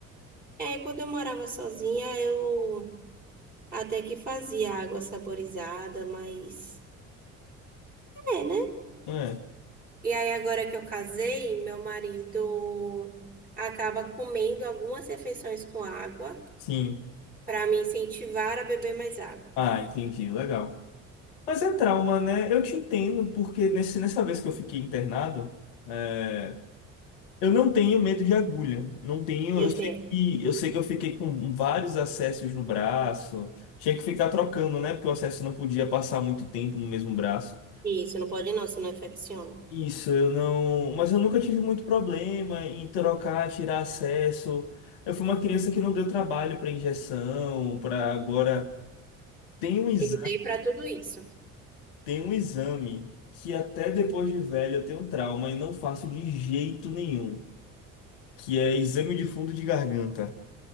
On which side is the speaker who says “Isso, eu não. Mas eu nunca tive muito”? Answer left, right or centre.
Left